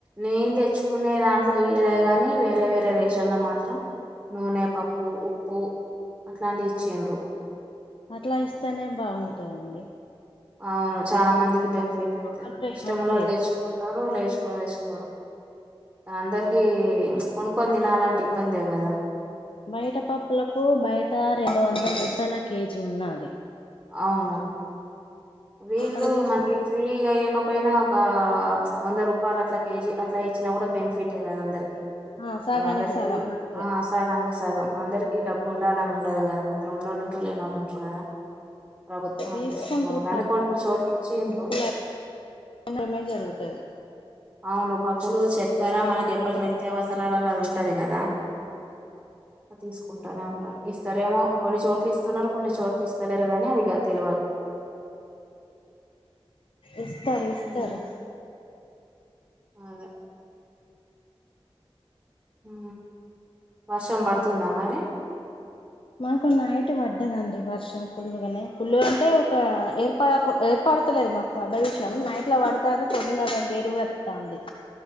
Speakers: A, on the right; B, on the left.
A: నేన్ తెచ్చుకునే దాంట్లో ఇయ్యలే గాని వేరే వేరే రేషన్ ల మాత్రం నూనె, పప్పు, ఉప్పు, అట్లాంటివి ఇచ్చిండ్రు.
B: అట్లా ఇస్తనే బాగుంటది అండి
A: అవును చాలా మందికి బెనిఫిట్ అయతది
B: ఒకరు లేనోళ్ళు
A: ఇష్టం ఉన్నొళ్ళు
B: లేరు
A: తెచ్చుకుంటారు లేచుకున్ తెచ్ పోరు కానీ అందరికి కొనుక్కొని తినాలంటే ఇబ్బందే కదా
B: బయట పప్పులకు బయట రెండు వందలు రూపాయలకి కేజీ ఉన్నాది
A: అవును వీళ్ళు
B: అక్కడ తీసు
A: మనకి ఫ్రీగా ఇయక్ ఇయకపోయినా ఒక వంద రూపాయలు అట్లా కేజీ అట్లా ఇచ్చినా కూడా బెనిఫిటే కదా అందరికి
B: ఆ సగానికి
A: అది అందరికి
B: సగం మంచిగా
A: ఆ సాగానికి సగం అందరికి డబ్బు ఉందాలని ఉండదు కదా కొందరు ఉన్నోళ్ళు ఉంటారు లేనోళ్ళు ఉంటారు కదా ప్రభుత్వం
B: తీసుకుంటారు
A: అట్లిస్తే బాగుండు అంటే కొన్ని చోట్లు ఇచ్చిండ్రు
B: పప్పులు అమ్మడమే జరుగుతది
A: అవును పప్పులు చక్కెర మనకి ఎప్పటి నిత్యావసరాలల్ల అది ఉంటది గదా అట్ తీసుకుంటానే ఉంటారు ఇస్తారేమో కొన్ని చోట్లిస్తున్నారు కొన్ని చోట్లిస్తలేరు గానీ అది ఇగ తెల్వదు <unintelligible>
B: ఇస్తరు ఇస్తరు
A: ఉమ్, అదే ఉ వర్షం పడుతుందా మరి
B: మాకు నైట్ పడ్డదండి వర్షం పుల్లుగానే పుల్లుగంటే ఒక ఏర్పాడకు ఏర్పాడ్ పడతలేదు మాకు పడ్డ విషయం నైట్లా పడతాంది పొద్నన్ దాక గెరువత్తంది